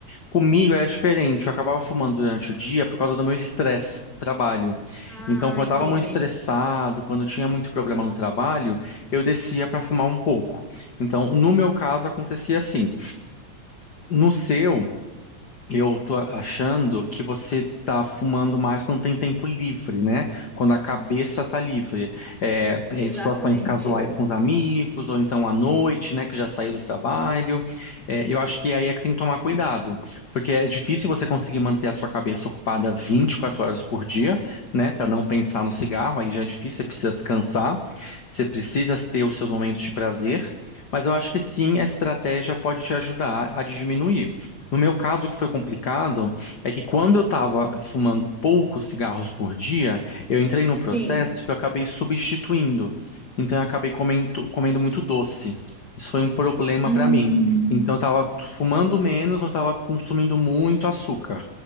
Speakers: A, on the left; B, in the centre.
A: Comigo era diferente, eu acabava fumando durante o dia por causa do meu estresse do trabalho.
B: Ah,
A: Então, quando
B: entendi.
A: eu estava muito estressado, quando eu tinha muito problema no trabalho, eu descia para fumar um pouco. Então, no meu caso, acontecia assim. No seu. Eu tô achando que você tá fumando mais quando tem tempo livre, né? Quando a cabeça tá livre. É, em
B: Exatamente.
A: situações casuais
B: Eu-
A: com os amigos, ou então à noite, né? Que já saiu do trabalho. É, eu acho que aí é que tem que tomar cuidado. Porque é difícil você conseguir manter a sua cabeça ocupada 24 horas por dia, né? Para não pensar no cigarro, aí já é difícil, você precisa descansar, você precisa ter os seus momentos de prazer. Mas eu acho que sim, a estratégia pode te ajudar a diminuir. No meu caso, o que foi complicado é que quando eu estava fumando poucos cigarros por dia, eu entrei num processo
B: Sim.
A: que eu acabei substituindo. Então, eu acabei comendo, comendo muito doce. Isso foi um problema
B: Hum.
A: para mim. Então, eu estava fumando menos, mas estava consumindo muito açúcar.